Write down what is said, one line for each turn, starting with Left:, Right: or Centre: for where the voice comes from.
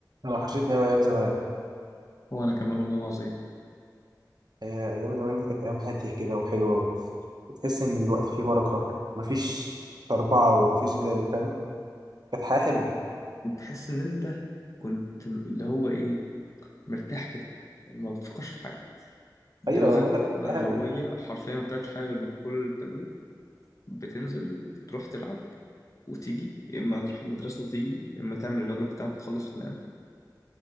Right: انا وحشتني قوي ايام زمان
Left: وانا كمان والله العظيم
Right: هي ايام زمان دي كانت ايام هاديه كده وحلوه وتحس ان الوقت فيه بركه مفيش اربعه ومفيش جري فاهم كانت حياه حلوه
Left: تحس ان انت كنت اللي هو ايه مرتاح كده يعني ما بتفكرش في حاجه دماغك
Right: ايوه بقول لك
Left: هويه
Right: حياه هاديه
Left: حرفيا ما بتعملش حاجه غير انك كل اللي بتعمله بتنزل تروح تلعب وتيجي يا اما تروح المدرسه وتيجي يا اما تعمل الواجب بتاعك وتخلص وتنام